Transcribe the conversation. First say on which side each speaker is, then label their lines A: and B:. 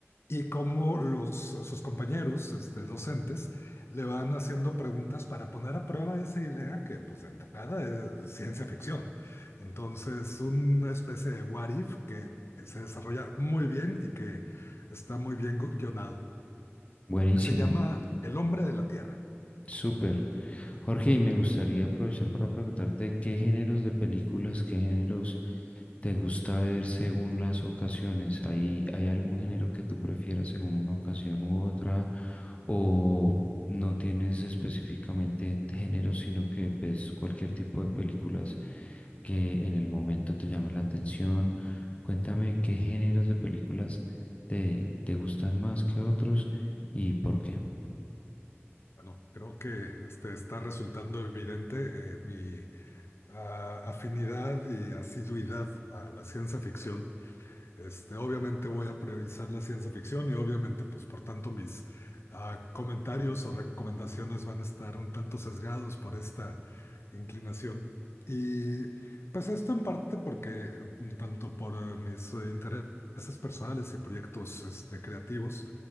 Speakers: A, on the left (about 65°); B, on the left (about 30°).
A: y cómo los, sus compañeros, este, docentes, le van haciendo preguntas para poner a prueba esa idea que, pues, de entrada es ciencia ficción. Entonces, una especie de what if que se desarrolla muy bien y que está muy bien gu- guionado.
B: Buenísimo,
A: Se llama El hombre de la Tierra.
B: súper. Jorge, y me gustaría aprovechar para preguntarte qué géneros de películas, qué géneros te gusta ver según las ocasiones. ¿Hay, hay algún género que tú prefieras según una ocasión u otra? ¿O no tienes específicamente géneros, sino que ves cualquier tipo de películas que en el momento te llame la atención? Cuéntame qué géneros de películas te, te gustan más que otros y por qué.
A: Bueno, creo que este, está resultando evidente eh, mi ah, afinidad y asiduidad a la ciencia ficción. Este, obviamente voy a priorizar la ciencia ficción y obviamente, pues por tanto, mis ah, comentarios o recomendaciones van a estar un tanto sesgados por esta inclinación. Y pues esto en parte porque, mm, tanto por eh, mis eh, intereses personales y proyectos este, creativos,